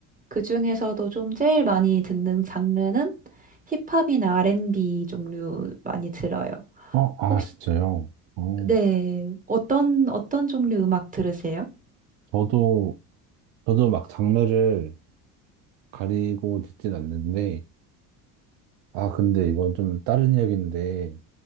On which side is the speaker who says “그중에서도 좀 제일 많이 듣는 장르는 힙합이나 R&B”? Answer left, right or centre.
Right